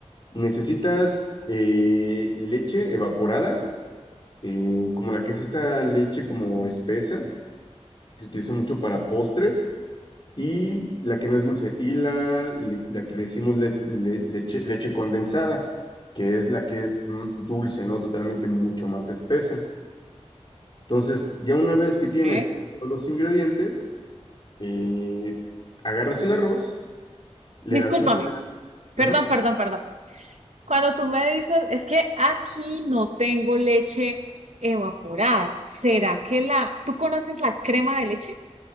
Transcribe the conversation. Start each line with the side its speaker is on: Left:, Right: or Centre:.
Left: Necesitas eh, leche evaporada, eh, como la que es esta leche como espesa, que se utiliza mucho para postres, y la que no es dulce, y la, le- la que le decimos le- le- leche, leche condensada, que es la que es mm, dulce, ¿no? Totalmente mucho más espesa. Entonces, ya una vez que tienes
Right: Ok.
Left: todos los ingredientes, eh, agarras el arroz, le
Right: Discúlpame.
Left: das una,
Right: Perdón,
Left: ajá,
Right: perdón, perdón. Cuando tú me dices, es que aquí no tengo leche evaporada. ¿Será que la... ¿Tú conoces la crema de leche?